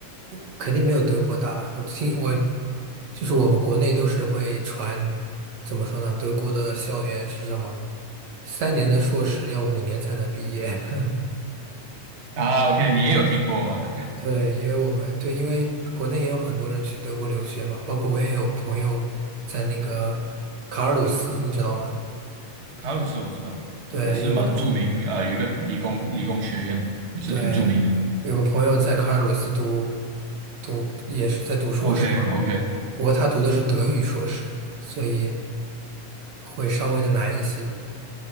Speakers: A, on the right; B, on the right.
A: 嗯肯定没有德国大了。我听我就是我们国内都是会传，怎么说呢？德国的校园是什么？三年的硕士要五年才能毕业。<laughs>
B: 啊，OK，你也有听过吗？
A: 对，因为我们对，因为国内也有很多人去德国留学嘛，包括我也有朋友在那个卡尔鲁斯，你知道吗？
B: <laughs> 卡鲁斯我知道，
A: 对，
B: 也是蛮著名，
A: 有个朋。
B: 啊，有一个理工理工学院也是挺著名的。
A: 对，有个朋友在卡尔鲁斯读读，也是在读硕士嘛，
B: o k o k
A: 不过他读的是德语硕士，所以会稍微的难一些。